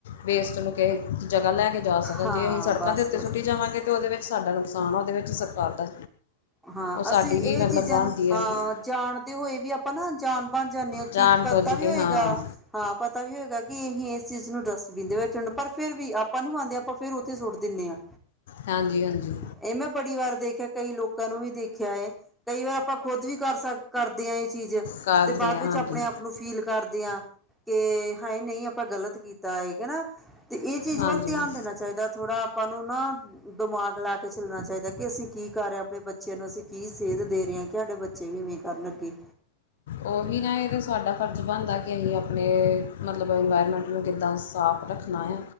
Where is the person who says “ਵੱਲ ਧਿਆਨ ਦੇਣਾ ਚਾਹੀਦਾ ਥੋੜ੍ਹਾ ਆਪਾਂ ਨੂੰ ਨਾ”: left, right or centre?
Centre